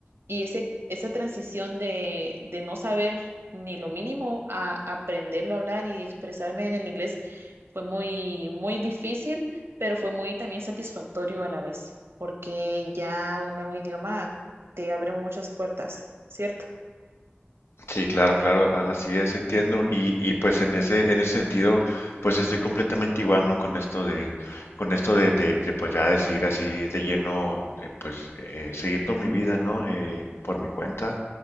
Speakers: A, on the right (about 80°); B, on the left (about 85°).
A: Y ese, esa transición de, de no saber ni lo mínimo a aprenderlo a hablar y expresarme en el inglés fue muy, muy difícil, pero fue muy también satisfactorio a la vez, porque ya un nuevo idioma te abre muchas puertas, ¿cierto?
B: Sí, claro, claro, a- así es, entiendo. Y, y pues en ese, en ese sentido, pues estoy completamente igual, ¿no? Con esto de, con esto de, de, de, pues ya decidir así de lleno, eh, pues eh, seguir con mi vida, ¿no? Eh, por mi cuenta.